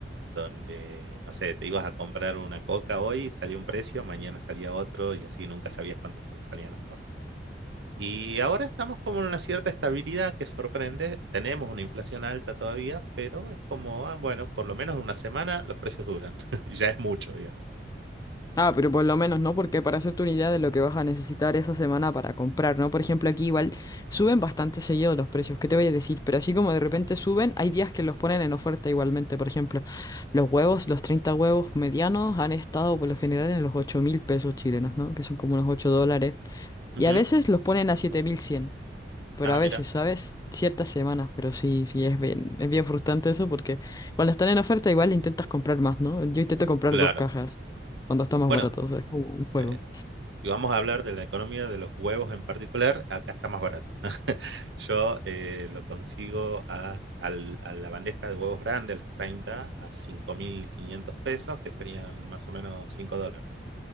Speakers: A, on the right; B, on the left.
A: donde, no sé, te ibas a comprar una coca hoy, salía un precio, mañana salía otro y así nunca sabías cuántas salían las cosas. Y ahora estamos como en una cierta estabilidad que sorprende. Tenemos una inflación alta todavía, pero es como, ah, bueno, por lo menos una semana los precios duran. <laughs> ya es mucho, digamos.
B: Ah, pero por lo menos, ¿no? Porque para hacerte una idea de lo que vas a necesitar esa semana para comprar, ¿no? Por ejemplo, aquí igual suben bastante seguido los precios, ¿qué te voy a decir? Pero así como de repente suben, hay días que los ponen en oferta igualmente. Por ejemplo, los huevos, los 30 huevos medianos han estado por lo general en los ocho mil pesos chilenos, ¿no? Que son como unos 8 dólares.
A: Ujú.
B: Y a veces los ponen a siete mil cien. Pero
A: Ah,
B: a
A: mira,
B: veces, ¿sabes? Ciertas semanas, pero sí, sí, es bien, es bien frustrante eso porque cuando están en oferta igual intentas comprar más, ¿no? Yo intento comprar
A: claro.
B: dos cajas cuando está más
A: Bueno,
B: barato, o sea, es como un juego.
A: eh, si vamos a hablar de la economía de los huevos en particular, acá está más barato. <laughs> Yo eh, lo consigo a, al- a la bandeja de huevos grande, los 30 a 5.500 pesos, que serían más o menos 5 dólares.